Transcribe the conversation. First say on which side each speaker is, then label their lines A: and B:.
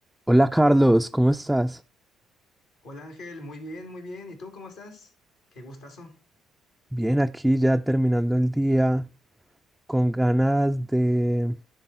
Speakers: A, in the centre; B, on the left.
A: Hola Carlos, ¿cómo estás?
B: Hola Ángel, muy bien, muy bien. ¿Y tú cómo estás? Qué gustazo.
A: Bien, aquí ya terminando el día, con ganas de,